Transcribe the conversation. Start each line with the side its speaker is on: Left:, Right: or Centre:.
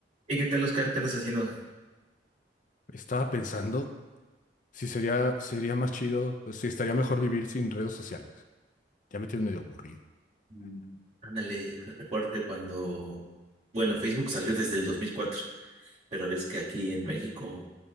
Right: ¿Y qué tal, Oscar? ¿Qué andas haciendo?
Left: Estaba pensando si sería, sería más chido, o si estaría mejor vivir sin redes sociales. Ya me tienes medio aburrido.
Right: Mm, Ándale, recuerdo que cuando, bueno, Facebook salió desde el 2004, pero ves que aquí en México,